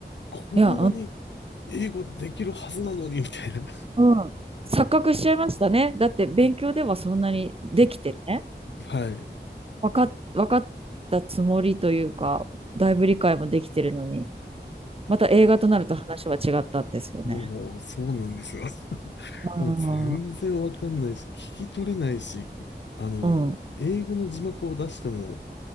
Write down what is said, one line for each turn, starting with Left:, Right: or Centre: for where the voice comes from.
Left: こんなに
Right: いや、
Left: 英語できるはずなのにみたいな。
Right: うん。錯覚しちゃいましたね。だって勉強ではそんなにできてね、
Left: はい。
Right: 分かっ、わかったつもりというか、だいぶ理解もできてるのに、また映画となると話は違ったんですよね。
Left: もう、そうなんですよ。<laughs>
Right: うん。
Left: もう全然わかんないし、
Right: うん。
Left: 聞き取れないし、あの、
Right: うん
Left: 英語の字幕を出しても、